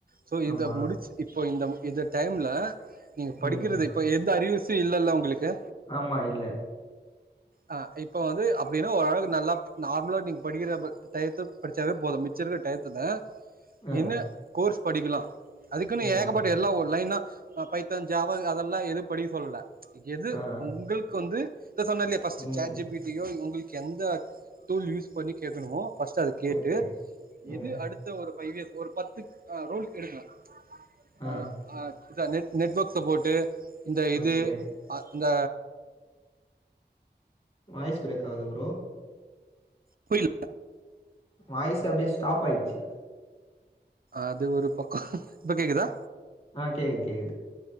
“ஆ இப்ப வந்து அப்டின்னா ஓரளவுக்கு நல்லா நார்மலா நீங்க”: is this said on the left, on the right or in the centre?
Right